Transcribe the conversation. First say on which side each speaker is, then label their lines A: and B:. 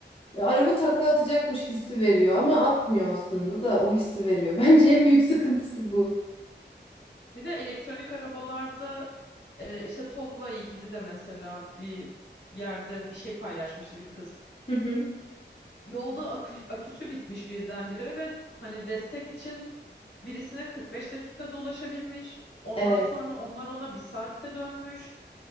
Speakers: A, on the left; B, on the left.
A: e, araba takla atacakmış hissi veriyor ama atmıyor aslında da o hissi veriyor. <laughs> Bence en büyük sıkıntısı bu.
B: Bir de elektronik arabalarda e, işte TOGG'la ilgili de mesela bir yerde bir şey paylaşmıştı bir kız.
A: Hı hı.
B: Yolda akü- aküsü bitmiş birdenbire ve hani destek için birisine 45 dakikada ulaşabilmiş. Ondan
A: Evet.
B: sonra onlar ona bir saatte dönmüş.